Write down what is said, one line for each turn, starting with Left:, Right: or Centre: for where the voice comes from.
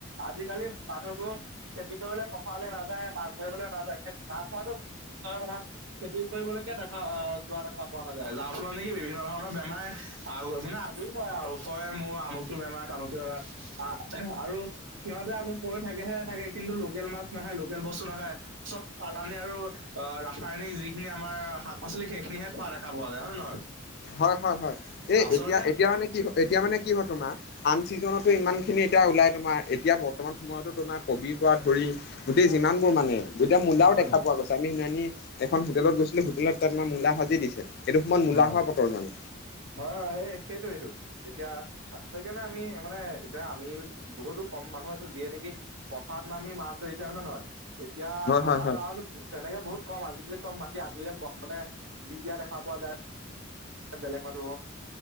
Right: আজিকালি মানুহবোৰ খেতি কৰিবলৈ পথাৰলৈ নাযায়, মাছ ধৰিবলৈ নাযায়, খেত মাছ ধৰাটো পিছৰে কথা। খেতি কৰিবলৈকে দেখা আহ যোৱা দেখা পোৱা নাযায়। যাৰ ফলত নেকি বিভিন্ন ধৰণৰ বেমাৰে আগ মানে, আগৰি ধৰে আৰু কয় মোৰ আমুকটো বেমাৰ, তামুকটো বেমাৰ আহ আৰু সিহঁতে আকৌ কৈ থাকেহে থাকে। কিন্তু লোকেল মাছ নাখায়, লোকেল বস্তু নাখায়। চব চালানি আৰু অ' ৰাসায়নিক যিখিনি আমাৰ শাক-পাচলি, সেইখিনিহে খোৱা দেখা পোৱা যায়, হয় নে নহয়।
Left: হয়, হয়, হয়। এই
Right: আচলতে
Left: এতিয়া, এতিয়া মানে কি হয়, এতিয়া মানে কি হয় তোমাৰ, আন ছিজনতো ইমান খিনি এতিয়া ওলাই তোমাৰ, এতিয়া বৰ্ত বৰ্তমান সময়তো তোমাৰ কবিৰ পৰা ধৰি, গোটেই যিমান বোৰ মানে, এতিয়া মূলাও
Right: হয়
Left: দেখা পোৱা গৈছে। টানি নানি, এখন হোটেলত গৈছিলোঁ, হোটেলত তাত আমাক মূলা ভাজি দিছে, এইটো সময়ত মূলা
Right: হয়
Left: হোৱা বতৰ জানো!
Right: হয়, হয় এ সেইটো, এতিয়া আ সেইকাৰণে আমি মানে এতিয়া আমিও বহুতো কম মানুহ আছে যিয়ে নেকি, পথাৰত নামি মাছ ধৰিছে হয়নে নহয়? এতিয়া
Left: হয় হয়
Right: আমাৰ
Left: হয়
Right: গাঁৱতো তেনেকে বহুত কম, আজিকালি চব মাটি আধিলে ব, মানে দি দিয়া দেখা পোৱা যায় বেলেগ মানুহক।